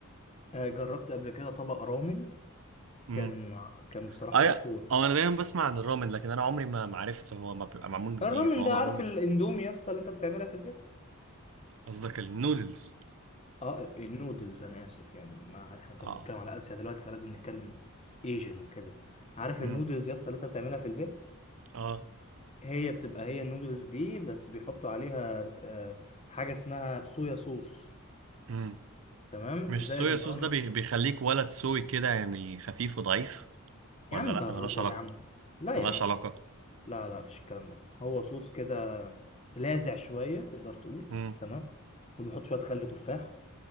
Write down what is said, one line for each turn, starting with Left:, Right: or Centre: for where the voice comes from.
Left: آه، جربت قبل كده طبق رامن
Right: امم
Left: كان كان بصراحه
Right: اي
Left: اسطوري
Right: او انا دايما بسمع عن الرامن لكن انا عمري ما ما عرفت هو ما بيبقى معمول من
Left: الرامن
Right: ايه فهو
Left: ده
Right: معمول
Left: عارف
Right: من
Left: الاندومي يا اسطى اللي انت بتعملها في البيت
Right: قصدك النودلز
Left: اه النودلز انا اسف يعني ما احنا طب
Right: اه
Left: بنتكلم على اسيا دلوقتي فلازم نتكلم ايجن وكده عارف
Right: امم
Left: النودلز يا اسطى اللي انت بتعملها في البيت
Right: اه
Left: هي بتبقى هي النودلز دي بس بيحطوا عليها آه، حاجة اسمها صويا صوص
Right: امم
Left: تمام
Right: مش
Left: زائد
Right: صويا
Left: ان
Right: صوص
Left: هم
Right: ده بي- بيخليك ولد سوي كده يعني خفيف وضعيف ولا
Left: يا عم انت
Right: لا
Left: هتهزر
Right: ملهاش علاقه
Left: يا عم لا
Right: ملهاش
Left: يا عم
Right: علاقه
Left: لا لا مفيش الكلام ده هو صوص كده لاذع شوية تقدر تقول
Right: امم
Left: تمام وبيحط شوية خل تفاح